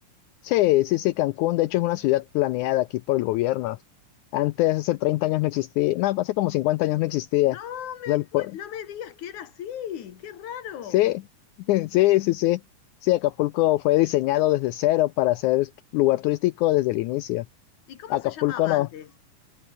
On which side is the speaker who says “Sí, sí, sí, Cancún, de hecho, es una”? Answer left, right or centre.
Left